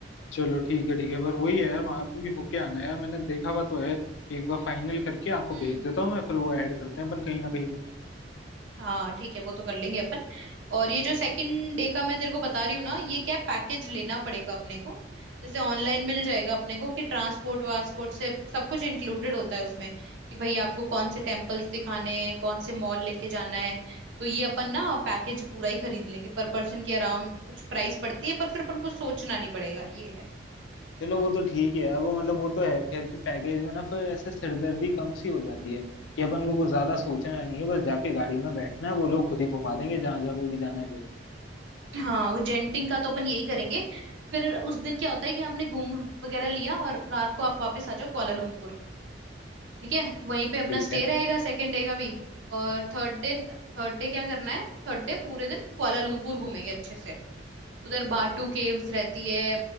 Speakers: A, on the left; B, on the right.
A: चलो ठीक है ठीक है पर वही है यार वहां पे भी होके आना है यार मैंने देखा हुआ तो है एक बार फाइनल करके आपको
B: हम्म
A: भेज देता हूँ मैं फिर वो ऐड करते हैं अपन कहीं ना कहीं पे
B: हाँ ठीक है वो तो कर लेंगे अपन और ये जो सेकंड डे का मैं तेरे को बता रही हूँ ना ये क्या पैकेज लेना पड़ेगा अपने को जैसे ऑनलाइन मिल जाएगा अपने को कि ट्रांसपोर्ट वासपोर्ट से सब कुछ इंक्लूडेड होता है उसमें कि भाई आपको कौन से टेम्पल्स दिखाने हैं कौन से मॉल लेके जाना है तो ये अपन ना पैकेज पूरा ही खरीद लेंगे पर पर्सन की आराम कुछ प्राइस पड़ती है पर फिर अपन को सोचना नहीं पड़ेगा ये है
A: चलो वो तो ठीक है यार वो मतलब वो तो है खैर कि पैकेज में ना फिर ऐसे सिरदर्दी कम सी हो जाती है कि अपन को कुछ ज्यादा सोचना नहीं है बस जाके गाड़ी में बैठना है वो लोग खुद ही घुमा देंगे जहां जहाँ पे भी जाना है फिर
B: हाँ वो जेंटिंग का तो अपन यही करेंगे फिर उस दिन क्या होता है कि आपने घूम वगैरह लिया और रात को आप वापस आ जाओ कुआलालंपुर ठीक है वहीं पे अपना
A: ठीक
B: स्टे
A: है
B: रहेगा सेकेंड डे का भी और थर्ड डे थर्ड डे क्या करना है थर्ड डे पूरे दिन कुआलालंपुर घूमेंगे अच्छे से उधर बाटू केव्स रहती है